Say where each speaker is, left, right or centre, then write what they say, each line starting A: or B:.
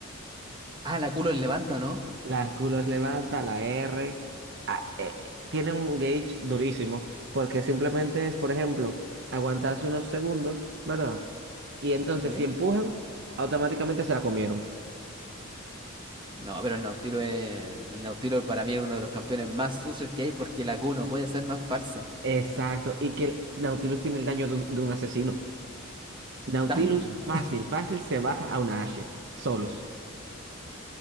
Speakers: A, on the right; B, on the right.
A: Ah, la culo el levanta, ¿o ¿no?
B: Las culos levanta, la R. ah, eh, tiene un gauge durísimo, porque simplemente es, por ejemplo, aguantarse unos segundos, ¿verdad? Y entonces
A: Ok.
B: si empujan, automáticamente se la comieron.
A: No, pero el Nautilo es, el Nautilo para mí es uno de los campeones más sucios que hay porque la Q no puede ser más falsa.
B: Exacto, y que Nautilus tiene el daño de un, de un asesino. Nautilus
A: Tanto.
B: fácil, fácil se baja a una Ashe, solos.